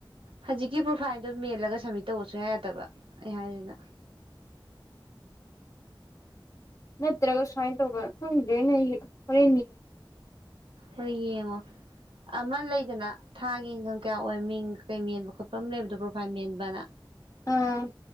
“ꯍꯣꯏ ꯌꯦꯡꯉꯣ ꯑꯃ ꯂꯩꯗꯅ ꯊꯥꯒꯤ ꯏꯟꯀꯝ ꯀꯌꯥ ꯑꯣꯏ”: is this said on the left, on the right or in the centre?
Right